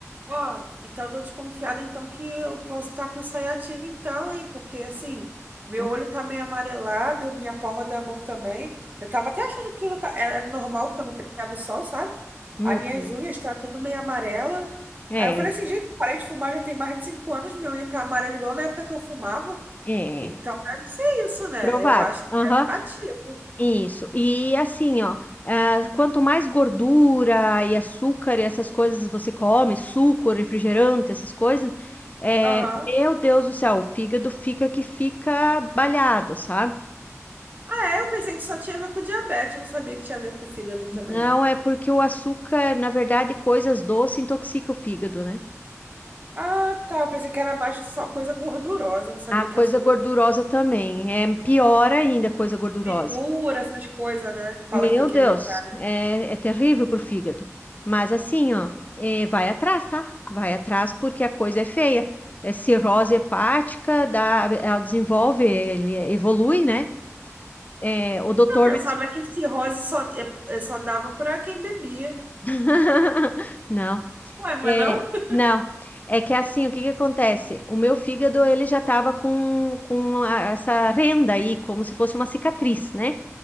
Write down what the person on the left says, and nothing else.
Hum,
hum.
hum.
É,
é,
provável.
Aham,
isso. E assim, ó, ah, quanto mais gordura e açúcar e essas coisas você come, suco, refrigerante, essas coisas, é,
meu Deus do céu, o fígado fica que fica balhado, sabe?
Não,
é porque o açúcar, na verdade, coisas doces intoxica o fígado, né?
A coisa
gordurosa também. É pior ainda a coisa gordurosa.
Meu
Deus,
é, é terrível pro fígado. Mas assim, ó, é, vai atrás, tá? Vai atrás porque a coisa é feia. É cirrose hepática, dá, ela desenvolve, ele evolui, né? É, o doutor.
<laughs> Não.
É,
não, é que assim, o que que acontece? O meu fígado, ele já estava com, com a- essa renda aí, como se fosse uma cicatriz, né?